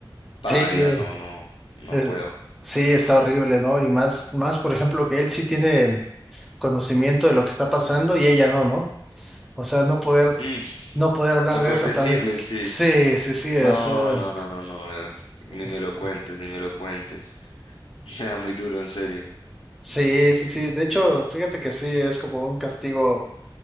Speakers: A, on the left; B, in the centre.
A: Paila,
B: Sí,
A: no, no, no
B: es-
A: puedo.
B: sí, está horrible, ¿no? Y más, más, por ejemplo, que él sí tiene conocimiento de lo que está pasando y ella no, ¿no? O sea, no poder,
A: Mm,
B: no poder hablar
A: no
B: de
A: poder
B: eso
A: decirle,
B: también.
A: sí.
B: Sí, sí, sí,
A: No,
B: o sea,
A: no, no, no, no, eh, ni
B: es-
A: me lo cuentes, ni me lo cuentes. <laughs> Me da muy duro, en serio.
B: sí, sí, sí. De hecho, fíjate que sí, es como un castigo.